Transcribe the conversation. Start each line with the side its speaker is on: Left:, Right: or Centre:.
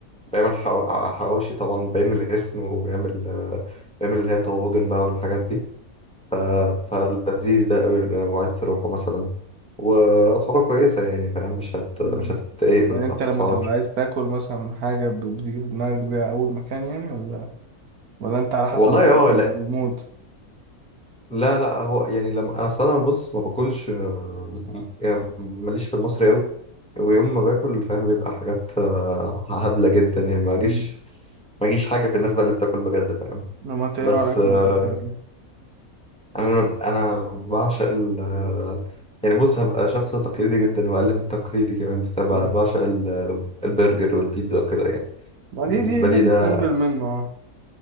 Centre: بيعمل حوا- حواوشي طبعا باين من الاسم وبيعمل آه، بيعمل اللي هي طواجن بقى والحاجات دي ف- فلذيذ ده قوي لو عايز تروحه مثلا وأسعاره كويسة يعني فاهم مش هت
Right: مم.
Centre: مش هتتضايق
Right: يعني
Centre: من الأسعار
Right: انت لما تبقى عايز تاكل مثلا حاجة ب- بتيجي في دماغك ده أول مكان يعني ولا ولا انت على حسب
Centre: والله
Right: برضه
Centre: اه
Right: المود
Centre: لا لا هو يعني لما انا اصلا انا بص ما باكلش آه، م- يعني ماليش في المصري قوي ويوم ما باكل فاهم بيبقى حاجات آه، هبلة جدا يعني ما اجيش
Right: مم.
Centre: ما اجيش حاجة في الناس بقى اللي بتاكل بجد فاهم
Right: لما انت
Centre: بس
Right: ايه نوع الأكل
Centre: آه،
Right: اللي انت بتحبه
Centre: انا انا بعشق ال آه، يعني بص هبقى شخص تقليدي جدا واقل من التقليدي كمان بس انا
Right: مم.
Centre: بعشق ال- آه، البرجر والبيتزا وكده يعني
Right: ما
Centre: بالنسبة
Right: دي دي ده
Centre: لي
Right: في
Centre: ده
Right: السيمبل منه اه